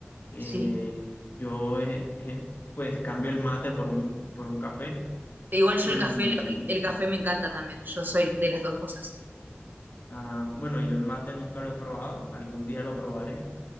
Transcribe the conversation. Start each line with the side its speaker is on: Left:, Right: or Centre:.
Left: Eh,
Right: sí.
Left: yo eh, eh, pues cambio el mate por un, por un café
Right: Igual yo
Left: y
Right: el café, lo- el café me encanta también, yo soy de las dos cosas.
Left: ah, bueno, yo el mate nunca lo he probado, algún día lo probaré,